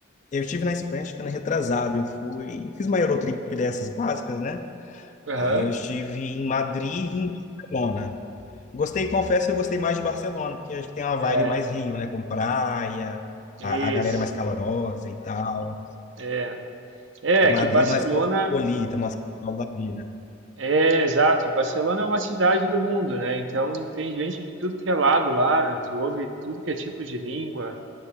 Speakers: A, on the left (about 35°); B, on the right (about 70°).
A: Eu estive na Espanha, acho que ano retrasado. Eu fui, fiz uma Eurotrip dessas básicas, né?
B: Aham.
A: Aí eu estive em Madrid e em Barcelona. Gostei, confesso que eu gostei mais de Barcelona, porque acho que tem uma vibe
B: É,
A: mais Rio, né? Com praia,
B: isso.
A: a, a galera é mais calorosa e tal.
B: É, é
A: E
B: que
A: Madrid
B: Barcelona
A: mais cosmopolita, mais São Paulo da vida.
B: é exato. Barcelona é uma cidade do mundo, né? Então tem gente de tudo que é lado lá. Tu ouve tudo que é tipo de língua.